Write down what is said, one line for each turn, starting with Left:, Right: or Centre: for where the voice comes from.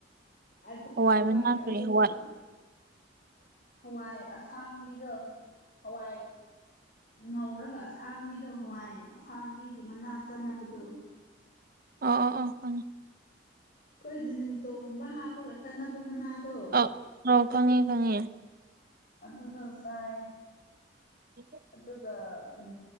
Left: ꯑꯗꯨ
Right: ꯍꯋꯥꯏ
Left: ꯆꯥꯑꯦ
Right: ꯃꯅꯥ ꯀꯔꯤ
Left: ꯑꯗꯨꯒ
Right: ꯍꯋꯥꯏ
Left: ꯍꯋꯥꯏ ꯑꯁꯥꯡꯕꯤꯗꯣ ꯍꯋꯥꯏ ꯉꯧꯔꯒ ꯑꯁꯥꯡꯕꯤꯗꯣ ꯍꯋꯥꯏ ꯑꯁꯥꯡꯕꯤꯒꯤ ꯃꯅꯥ ꯆꯥꯅꯕꯗꯣ꯫
Right: ꯑꯣ ꯑꯣ ꯑꯣ ꯈꯪꯉꯦ꯫
Left: ꯑꯈꯣꯏ ꯖꯤꯅꯤꯝꯇꯣꯒꯨꯝꯕ ꯍꯥꯞꯄꯒ ꯆꯥꯟꯅꯕ ꯃꯅꯥꯗꯣ꯫
Right: ꯑ ꯑꯣ ꯈꯪꯉꯦ-ꯈꯪꯉꯦ꯫
Left: ꯑꯗꯨꯗꫭ ꯆꯥꯑꯦ꯫
Right: <inaudible>
Left: ꯑꯗꯨꯒ ꯎꯝ